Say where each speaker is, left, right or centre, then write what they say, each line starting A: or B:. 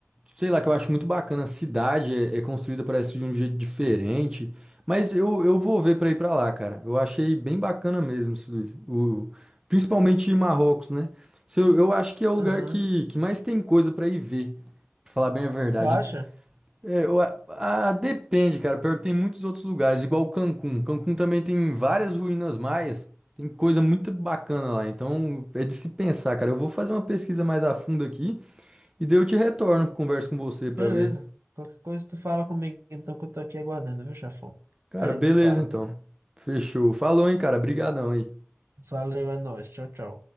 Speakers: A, on the right; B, on the right.
A: sei lá, que eu acho muito bacana. A cidade é, é construída, parece, de um jeito diferente. Mas eu, eu vou ver pra ir pra lá, cara. Eu achei bem bacana mesmo, isso- o, principalmente Marrocos, né? Se Eu, eu acho que é o lugar
B: Aham.
A: que, que mais tem coisa pra ir ver, pra falar bem a verdade.
B: Tu acha?
A: É, eu, a- ah, depende, cara. Pior que tem muitos outros lugares, igual Cancún. Cancún também tem várias ruínas maias. Tem coisa muito bacana lá. Então é de se pensar, cara. Eu vou fazer uma pesquisa mais a fundo aqui e daí eu te retorno, converso com você pra
B: Beleza.
A: ver.
B: Qualquer coisa tu fala comigo, então, que eu tô aqui aguardando, viu, chefão?
A: Cara,
B: A gente
A: beleza
B: se fala,
A: então.
B: então.
A: Fechou. Falou, hein, cara. Obrigadão aí.
B: Valeu, é nóis. Tchau, tchau.